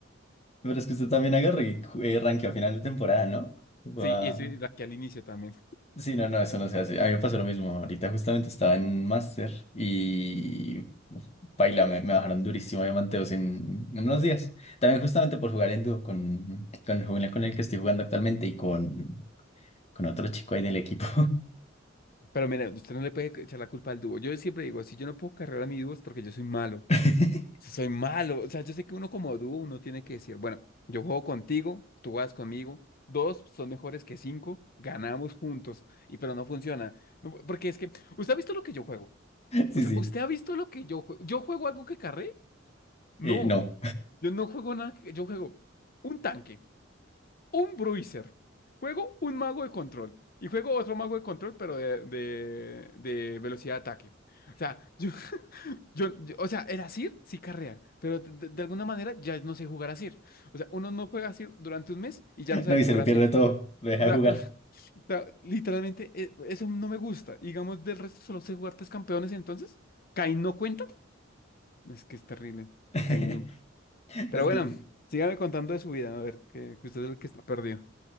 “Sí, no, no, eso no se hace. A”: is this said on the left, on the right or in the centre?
Left